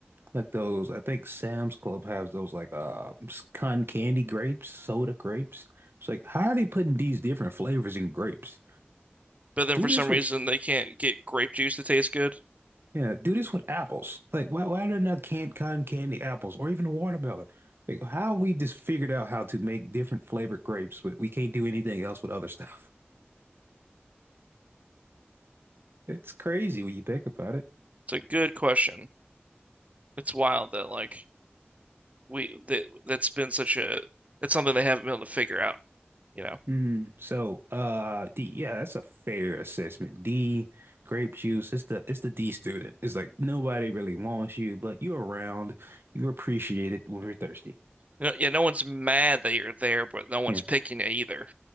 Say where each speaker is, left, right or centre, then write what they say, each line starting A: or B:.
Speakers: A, on the right; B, on the right.
A: like those. I think Sam's Club has those like uh cotton candy grapes, soda grapes. It's like, how are they putting these different flavors in grapes?
B: but then
A: Do
B: for
A: this
B: some
A: with
B: reason they can't get grape juice to taste good.
A: yeah, do this with apples. Like, why why are there not canned cotton candy apples or even a watermelon? Like, how we just figured out how to make different flavored grapes, but we can't do anything else with other stuff. It's crazy when you think about it.
B: It's a good question. It's wild that like we that that's been such a it's something they haven't been able to figure out, you know.
A: Mm, so, uh, D, yeah, that's a fair assessment. D, grape juice. It's the it's the D student. It's like nobody really wants you, but you're around. You are appreciated when we're thirsty.
B: You know, yeah, no one's mad that you're there, but no one's
A: Yeah,
B: picking you either.